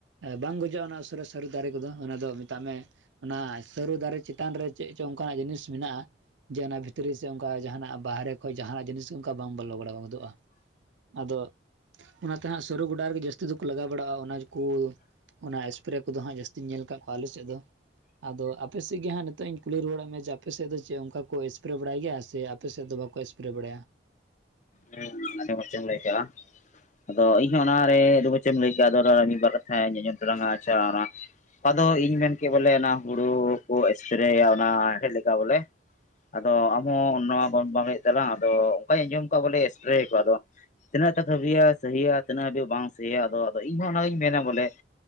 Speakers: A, on the right; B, on the left.
A: ᱵᱟᱝ ᱜᱚᱡᱚᱜᱼᱟ ᱚᱱᱟ ᱩᱥᱟᱹᱨᱟ ᱥᱟᱹᱨᱤ ᱫᱟᱨᱮ ᱠᱚᱫᱚ ᱚᱱᱟ ᱫᱚ ᱢᱮᱛᱟᱜ ᱢᱮ ᱚᱱᱟ ᱥᱟᱹᱨᱩ ᱫᱟᱨᱮ ᱪᱮᱛᱟᱱ ᱨᱮ ᱪᱮᱫ ᱪᱚ ᱚᱱᱠᱟᱱᱟᱜ ᱡᱤᱱᱤᱥ ᱢᱮᱱᱟᱜᱼᱟ ᱡᱮ ᱚᱱᱟ ᱵᱷᱤᱛᱨᱤ ᱥᱮ ᱚᱱᱠᱟ ᱡᱟᱦᱟᱱᱟᱜ ᱵᱟᱦᱨᱮ ᱠᱷᱚᱡ ᱡᱟᱦᱟᱱᱟᱜ ᱡᱤᱱᱤᱥ ᱜᱮ ᱚᱱᱠᱟ ᱵᱟᱝ ᱵᱚᱞᱚ ᱵᱟᱲᱟᱣ ᱜᱚᱫᱚᱜᱼᱟ ᱟᱫᱚ ᱚᱱᱟᱛᱮ ᱦᱟᱸᱜ ᱥᱟᱹᱨᱩ ᱜᱚᱰᱟ ᱨᱮᱜᱮ ᱡᱟᱹᱥᱛᱤ ᱫᱚᱠᱚ ᱞᱟᱜᱟᱣ ᱵᱟᱲᱟᱣᱟᱜᱼᱟ ᱚᱱᱟ ᱡᱮ ᱠᱩ ᱚᱱᱟ ᱮᱥᱯᱮᱨᱮ ᱠᱚᱫᱚ ᱦᱟᱸᱜ ᱡᱟᱹᱥᱛᱤᱧ ᱧᱮᱞ ᱟᱠᱟᱫ ᱠᱚᱣᱟ ᱟᱞᱮ ᱥᱮᱫ ᱫᱚ ᱟᱫᱚ ᱟᱯᱮ ᱥᱮᱫ ᱜᱮ ᱦᱟᱸᱜ ᱱᱤᱛᱚᱜ ᱤᱧ ᱠᱩᱞᱤ ᱨᱩᱣᱟᱹᱲᱮᱫ ᱢᱮ ᱡᱮ ᱟᱯᱮ ᱥᱮᱫ ᱫᱚ ᱪᱮᱫ ᱚᱱᱠᱟ ᱠᱚ ᱮᱥᱯᱮᱨᱮᱹ ᱵᱟᱲᱟᱭ ᱜᱮᱭᱟ ᱥᱮ ᱟᱯᱮ ᱥᱮᱫ ᱫᱚ ᱵᱟᱠ ᱠᱚ ᱮᱥᱯᱮᱨᱮᱹ ᱵᱟᱲᱟᱭᱟ
B: ᱦᱮᱸ ᱦᱮᱸᱢᱟ‌ᱪᱮᱫ ᱮᱢ ᱞᱟᱹᱭ ᱠᱮᱫᱼᱟ ᱟᱫᱚ ᱤᱧᱦᱚᱸ ᱚᱱᱟᱨᱮ ᱟᱹᱰᱤ ᱢᱚᱪ ᱮᱢ ᱞᱟᱹᱭ ᱠᱮᱜᱼᱟ ᱟᱫᱚ ᱚᱱᱟ ᱨᱮ ᱢᱤᱫ ᱵᱟᱨ ᱠᱟᱛᱷᱟᱧ ᱟᱸᱡᱚᱢ ᱛᱟᱞᱟᱝᱟ ᱟᱪᱪᱷᱟ ᱚᱱᱟ ᱚᱠᱟᱫᱚ ᱤᱧ ᱢᱮᱱᱠᱮᱜ ᱵᱚᱞᱮ ᱚᱱᱟ ᱦᱩᱲᱩ ᱠᱚ ᱮᱥᱯᱮᱨᱮᱭᱟ ᱚᱱᱟ ᱦᱮᱲᱦᱮᱫ ᱞᱮᱠᱟ ᱵᱚᱞᱮ ᱟᱫᱚ ᱟᱢ ᱦᱚᱸ ᱱᱚᱣᱟ ᱵᱟᱢ ᱵᱟᱢ‌ ᱞᱟᱹᱭᱮᱫ ᱛᱟᱞᱟᱝᱟ ᱟᱫᱚ ᱚᱱᱠᱟᱹᱧ ᱟᱸᱡᱚᱢ ᱠᱚᱣᱟ ᱵᱚᱞᱮ ᱮᱥᱯᱮᱨᱮᱹᱭᱟᱠᱚ‌ ᱟᱫᱚ ᱛᱤᱱᱟᱹᱜ ᱴᱟ ᱥᱟᱵᱤᱭᱟ ᱥᱟᱦᱤᱭᱟ ᱛᱤᱱᱟᱹᱜ ᱦᱟᱹᱵᱤᱡ ᱵᱟᱝ ᱥᱟᱹᱦᱤᱭᱟ ᱟᱫᱚ ᱟᱫᱚ ᱤᱧᱦᱚᱸ ᱚᱱᱟᱜᱤᱧ ᱢᱮᱱᱟ ᱵᱚᱞᱮ